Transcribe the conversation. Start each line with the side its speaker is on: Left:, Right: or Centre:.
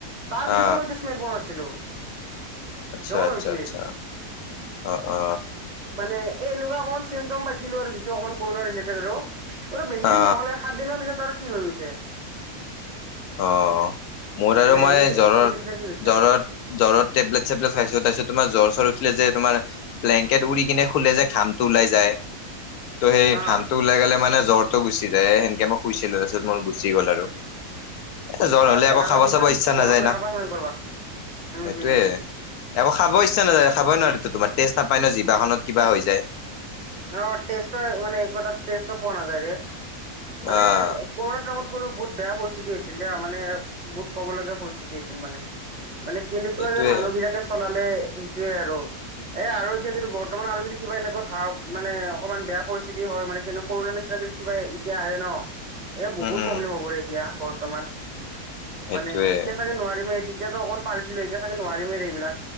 Right: তাৰ পিছতে
Left: অ
Right: মই এইটো স্মেল পোৱা নাছিলো।
Left: আচ্ছা
Right: জ্বৰ
Left: আচ্ছা
Right: হৈছিল
Left: আচ্ছা। অ অ
Right: মানে এ এনেকুৱা অকমান চিমটম পাইছিলো আৰু। অকো আৰু বেছিন
Left: অ
Right: নহলে সাত দিনৰ পিছত আৰু ফ্ৰী হৈ গৈছে।
Left: অ। মোৰ
Right: মানে
Left: আৰু মই
Right: নিজে
Left: জ্বৰ
Right: নিজে নিজে ঠিক হৈছে
Left: জ্বৰত জ্বৰ টেবলেট চেবলেট খাইছো তাৰপিছত। তোমাৰ জ্বৰ জ্বৰ উঠিলে যে তোমাৰ ব্লেংকেট উৰি কিনে খোলে যে ঘামটো ওলাই যায়। ত' সেই
Right: অ
Left: ঘামটো ওলাই গ'লে মানে জ্বৰটো গুচি যায় সেনকে মই শুইছিলো তাৰপিছত মোৰ গুচি গ'ল আৰু। এ জৰ
Right: আচ্ছা
Left: হলে আকৌ
Right: গাটো
Left: খাব
Right: যিমান
Left: চাব ইচ্ছা
Right: গৰম
Left: নাযায়
Right: লগাবা
Left: না সেইটোয়ে
Right: সিমান কৰবা উম হম হম
Left: আকৌ। খাব ইচ্ছা নায খাবই নোৱাৰো তোমাৰ তেষ্ট নাপায় ন জিভাখনত কিবা হৈ যায়।
Right: অ টেষ্ট মানে পোৱা নাযায় মানে
Left: অ'
Right: কৰুণা টাইমত। কোনো বহুত বেয়া পৰিস্থিতি হৈছিল মানে বহুত কবলগীয়া পৰিস্থিতি হৈছিল। মানে মানে কেনেকুৱা
Left: সেইটোয়ে
Right: যে মানুহ বিলাকে চলাল। সেইটোয়ে আৰু এ আৰু এতিয়া যদি বৰ্তমান আৰু যদি কিবা এনেকুৱা ভ। মানে অকমান বেয়া পৰিস্থিতি হয় মানে কৰুণা নিচিনা যদি কিবা এতিয়া আহে ন। এয়া বহুত
Left: উম উম
Right: প্ৰব্লেম হবৰে এতিয়া বৰ্তমান
Left: সেইটোয়ে।
Right: মানে এতিয়া চাগে নোৱাৰিমে এ। এতিয়াতো অকণ পাৰিছিলো এতিয়া চাগে নোৱাৰিমেৰে এইবিলাক।